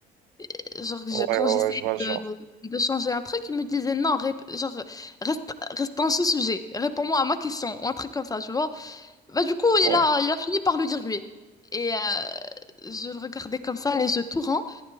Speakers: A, on the left (about 20°); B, on the right (about 80°).
A: Et, Genre, je-
B: ouais,
A: quand
B: ouais,
A: j'essayais
B: ouais, je vois le genre.
A: de, de changer un truc, il me disait non, rép- genre, reste, reste dans ce sujet, réponds-moi à ma question, ou un truc comme ça, tu vois. Bah, du coup,
B: Ouais,
A: il a, il a fini par le dire lui. Et euh, je le regardais comme ça, les yeux tout ronds,